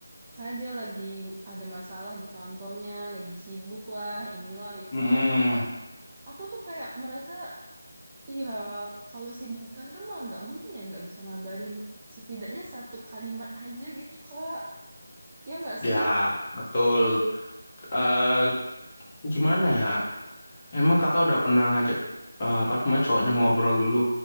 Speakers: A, on the right; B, on the left.
A: kayak dia lagi ada masalah di kantornya, lagi sibuk lah, inilah itulah.
B: Mm-mm.
A: Cuman aku tuh kayak merasa ya kalau sibuk di kantor mah nggak mungkin ya nggak bisa ngabarin setidaknya satu kalimat aja gitu Kak. Ya nggak
B: Ya,
A: sih?
B: betul. eh gimana ya? Emang kakak udah pernah ngajak eh, apa namanya cowoknya ngobrol dulu